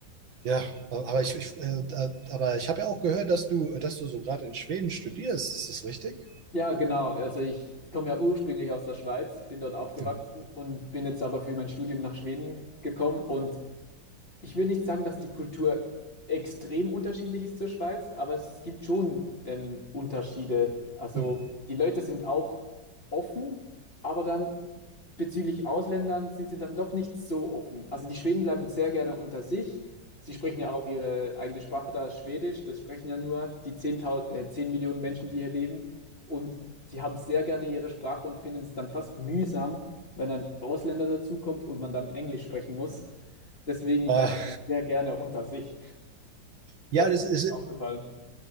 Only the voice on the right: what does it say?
ja, aber ich, ich äh, aber ich habe ja auch gehört, dass du, dass du so gerade in Schweden studierst. Ist das richtig?
Mhm.
Mhm.
Ah,
ja,
das
ist,